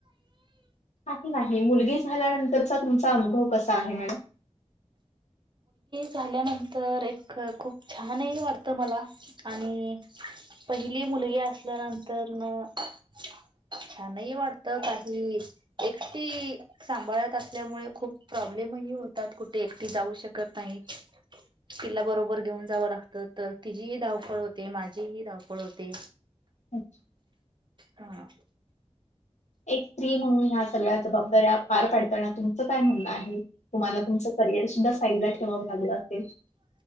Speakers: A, on the left; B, on the right.
A: नाही नाही मुलगी झाल्यानंतरचा तुमचा अनुभव कस आहे मॅडम
B: मुलगी झाल्यानंतर एक खूप छानही वाटत मला आणि पहिली मुलगी असल्यानंतर न छानही वाटत काही एकटी सांभाळत असल्यामुळे खूप प्रॉब्लेमही होतात कुठे एकटी जाऊ शकत नाही. तिला बरोबर घेऊन जावं लागतं तर तिचीही धावपळ होते माझीही धावपळ होते.
A: अच्छा.
B: हा.
A: एक स्त्री म्हणून ह्या सगळ्या जबाबदऱ्या पार पाडत ना तुमचं काय म्हणण आहे. तुम्हाला तुमच करिअर सुद्धा पहिला ठेवावा लागला असेल.